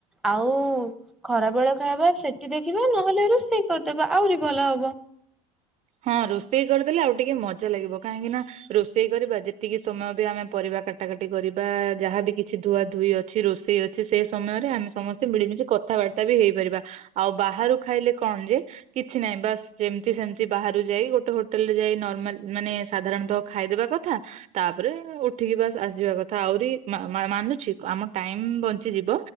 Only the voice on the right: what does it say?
ହଁ ରୋଷେଇ କରିଦେଲେ ଆଉ ଟିକେ ମଜା ଲାଗିବ କାହିଁକି ନା ରୋଷେଇ କରିବା ଯେତିକି ସମୟ ବି ଆମେ ପରିବା କାଟାକଟି କରିବା ଯାହାବି କିଛି ଧୁଆ ଧୁଇ ଅଛି ରୋଷେଇ ଅଛି ସେ ସମୟରେ ଆମେ ସମସ୍ତେ ମିଳିମିଶି କଥାବାର୍ତ୍ତା ବି ହେଇପାରିବା ଆଉ ବାହାରୁ ଖାଇଲେ କଣ ଯେ କିଛି ନାହିଁ ବା ଯେମତି ସେ ବାହାରୁ ଯାଇ ଗୋଟେ ହୋଟେଲରେ ଯାଇ ନର୍ମାଲ ମାନେ ସାଧାରଣତଃ ଖାଇଦେବା କଥା ତାପରେ ଉଠିକି ବାସ ଆସଯିବା କଥା ଆହୁରି ମା ମାନୁଛି ଆମ ଟାଇମ ବଞ୍ଚିଯିବ